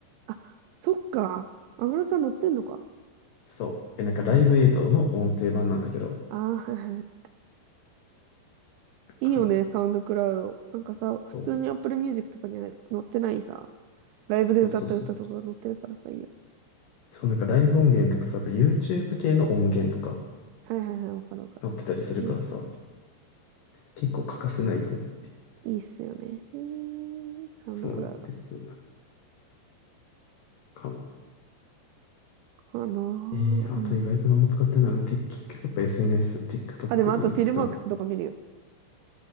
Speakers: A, on the right; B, on the left.
A: あ、そっか。安室ちゃん乗ってんのか。
B: そう。え、なんかライブ映像の音声版なんだけど、
A: ああー、はいはいいいよね、
B: かな。
A: サウンドクラウド。なんかさ、普通に
B: そ
A: Apple Music とかにはね載ってないさ、ライブで歌った歌とかが載ってるからさ、
B: う。そうそうそう。
A: いいよね。
B: そう、なんかライブ音源とかさ、あと YouTube 系の音源とか
A: はいはいはい、わかるわかる。
B: 載ってたりするからさ、
A: いいよね。
B: 結構欠かせないよね。
A: いいっすよね。えー、サウンドクラウド
B: そうなんです。かな。
A: かな
B: えー、
A: ー。うん。
B: あと意外と何も使ってない。もうて結局やっぱ SNS、TikTok、
A: あ、でもあとフィルマークスとか見るよ。
B: インスタ、